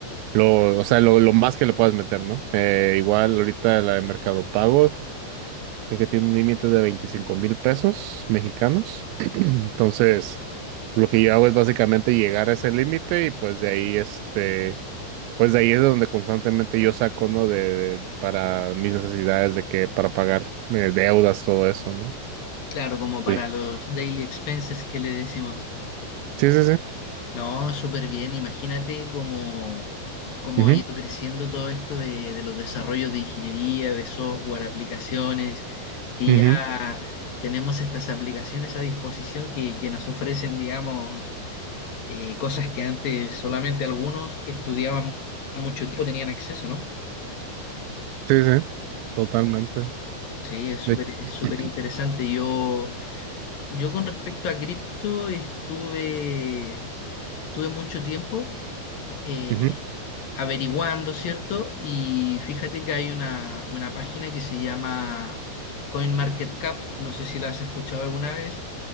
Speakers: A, on the right (about 85°); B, on the left (about 55°).
A: lo, o sea, lo, lo más que le puedas meter, ¿no? Eh, igual ahorita la de Mercado Pago, creo que tiene un límite de 25 mil pesos mexicanos. <clears throat> Entonces, lo que yo hago es básicamente llegar a ese límite y pues de ahí este pues de ahí es de donde constantemente yo saco, ¿no? De, para mis necesidades de que, para pagar eh, deudas, todo eso, ¿no?
B: Claro, como para
A: Oye,
B: los daily expenses que le decimos.
A: Sí, sí, sí.
B: No, súper bien. Imagínate cómo, cómo
A: Ujú,
B: ha ido creciendo todo esto de, de los desarrollos de ingeniería, de software, aplicaciones, que
A: ujú.
B: ya tenemos estas aplicaciones a disposición que, que nos ofrecen, digamos, eh, cosas que antes solamente algunos que estudiaban mucho tiempo tenían acceso, ¿no?
A: Sí, sí, totalmente.
B: Sí, es súper,
A: De,
B: es
A: <clears throat>
B: súper interesante. Yo, yo con respecto a cripto estuve, estuve mucho tiempo. eh,
A: ujú,
B: averiguando, ¿cierto? Y fíjate que hay una, una página que se llama CoinMarketCap, no sé si la has escuchado alguna vez,